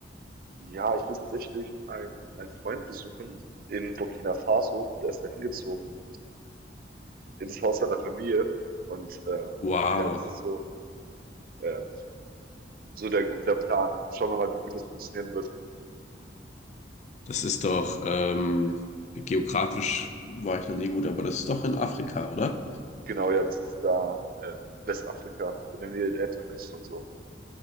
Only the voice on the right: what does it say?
Ja, ich will tatsächlich einen, einen Freund besuchen in Burkina Faso. Der ist da hingezogen, in das Haus seiner Familie. Und äh,
ja, das ist so, ähm, so der, der Plan. Schauen wir mal, wie gut das funktionieren wird.
Genau, ja, das ist da ähm, Westafrika, in der Nähe der Elfenbeinküste und so.